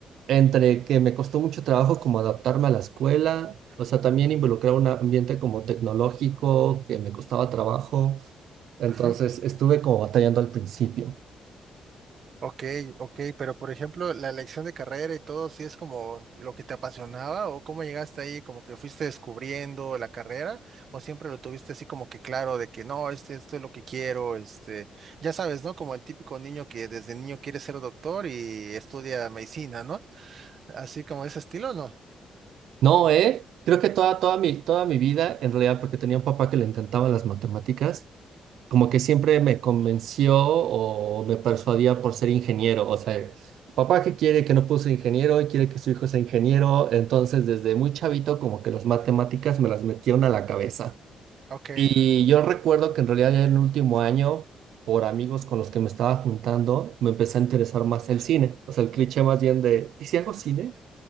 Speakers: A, on the right; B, on the right.
A: entre que me costó mucho trabajo como adaptarme a la escuela, o sea, también involucrar un ambiente como tecnológico que me costaba trabajo. Entonces
B: ujú.
A: estuve como batallando al principio.
B: Ok, ok, pero por ejemplo, la elección de carrera y todo, ¿sí es como lo que te apasionaba o cómo llegaste ahí, como que fuiste descubriendo la carrera o siempre lo tuviste así como que claro de que no, este, esto es lo que quiero, este, ya sabes, ¿no? Como el típico niño que desde niño quiere ser doctor y estudia medicina, ¿no? Así como ese estilo, ¿no?
A: No, ¿eh? Creo que toda, toda mi, toda mi vida, en realidad, porque tenía un papá que le encantaban las matemáticas, como que siempre me convenció o me persuadía por ser ingeniero. O sea, papá que quiere que no puso ingeniero y quiere que su hijo sea ingeniero. Entonces, desde muy chavito, como que las matemáticas me las metieron a la cabeza.
B: Ok,
A: Y yo recuerdo que en realidad ya en el último año, por amigos con los que me estaba juntando, me empecé a interesar más el cine. O sea, el cliché más bien de, ¿y si hago cine?